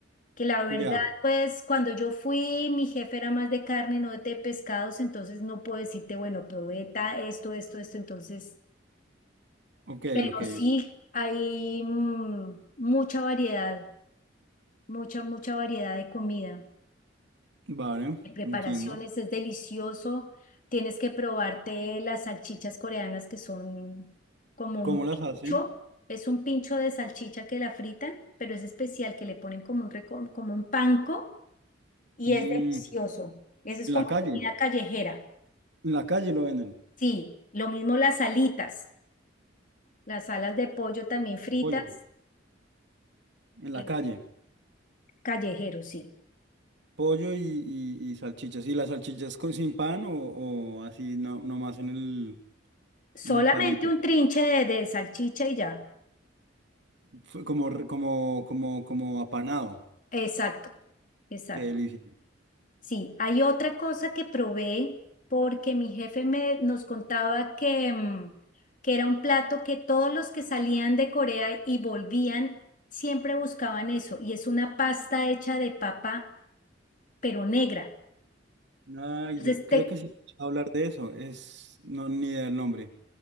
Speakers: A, on the left (about 45°); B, on the right (about 65°).
A: que la verdad,
B: Ya,
A: pues cuando yo fui, mi jefe era más de carne, no de pescados, entonces no puedo decirte, bueno, probé ta- esto, esto, esto, entonces,
B: ok,
A: pero
B: ok.
A: sí hay mm, mucha variedad, mucha, mucha variedad de comida.
B: Vale,
A: de preparaciones,
B: entiendo.
A: es delicioso. Tienes que probarte las salchichas coreanas que son como
B: ¿Cómo
A: un pincho,
B: las hacen?
A: es un pincho de salchicha que la fritan, pero es especial, que le ponen como un, reco- como un panko y
B: Mm,
A: es delicioso. Eso es
B: en
A: como
B: la calle.
A: comida callejera.
B: En la calle lo venden.
A: Sí, lo mismo las alitas, las alas de pollo también fritas,
B: Pollo. En
A: es
B: la calle.
A: callejero, sí.
B: Pollo y, y- y salchichas. ¿Y las salchichas con, sin pan o, o así no, nomás en el,
A: Solamente
B: en el palito?
A: un trinche de, de salchicha y ya.
B: Fue Como, re- como, como, como apanado.
A: Exacto, exacto.
B: Qué delicia.
A: Sí, hay otra cosa que probé porque mi jefe me, nos contaba que, mm, que era un plato que todos los que salían de Corea y volvían siempre buscaban eso, y es una pasta hecha de papa, pero negra.
B: Ay,
A: Entonces
B: yo creo
A: te,
B: que sí he escuchado hablar de eso. Es, no, ni idea del nombre.